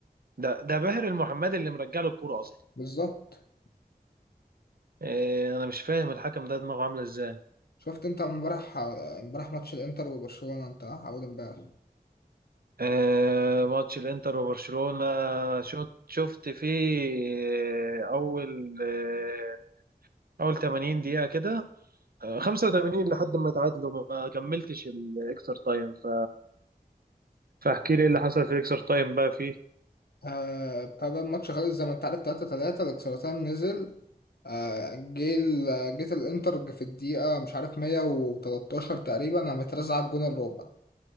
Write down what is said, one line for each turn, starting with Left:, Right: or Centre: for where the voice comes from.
Right: ده ده باهر المحمدي اللي مرجع له الكوره اصلا
Left: بالظبط
Right: إيه، انا مش فاهم الحكم ده دماغه عامله ازاي
Left: شفت انت امبارح امبارح ماتش الانتر وبرشلونه انت اه؟ اول امبارح
Right: إيه، ماتش الانتر وبرشلونه شفت شفت فيه آه، اول آه، اول 80 دقيقه كده آه، 85 لحد ما تعادلوا ما ما كملتش الاكسترا تايم ف فاحكي لي ايه اللي حصل في الاكسترا تايم بقى فيه
Left: آه بتاع ده الماتش خلص زي ما انت عارف 3-3 الاكسترا تايم نزل آه، جه ال- جيت الانتر في الدقيقة مش عارف 113 تقريبا انا مترزع على الجون الرابع